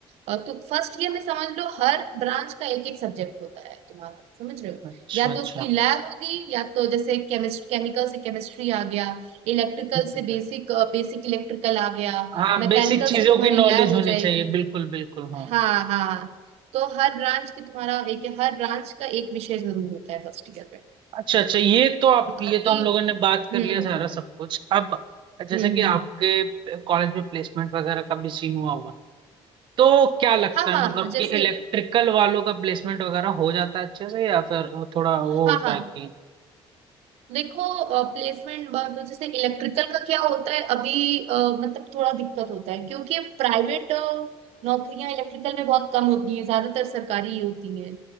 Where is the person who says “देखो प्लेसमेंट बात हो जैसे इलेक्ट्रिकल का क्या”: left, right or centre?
Right